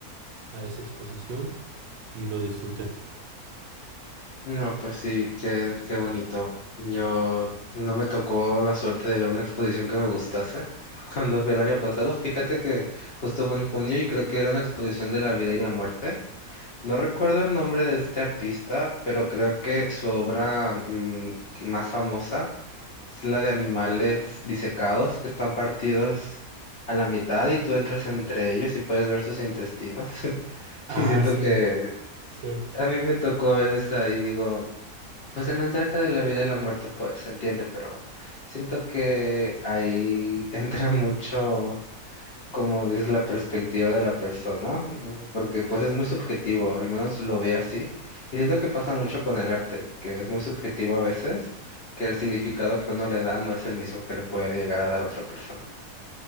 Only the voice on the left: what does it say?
No, pues sí, qué, qué bonito. Yo no me tocó la suerte de ver una exposición que me gustase. Cuando fui el año pasado, fíjate que justo fue en junio y creo que era una exposición de la vida y la muerte. No recuerdo el nombre de este artista, pero creo que su obra mm, que más famosa es la de animales disecados que están partidos a la mitad y tú entras entre ellos y puedes ver sus intestinos. <laughs>
Y siento
que
a mí me tocó ver esa y digo, pues el mensaje de la vida y la muerte pues se entiende, pero siento que ahí <laughs> entra mucho como dices, la perspectiva de la persona, mm, porque pues es muy subjetivo, al menos lo ve así. Y siento que pasa mucho con el arte, que es muy subjetivo a veces, que el significado que uno le da no es el mismo que le puede llegar a dar otra persona.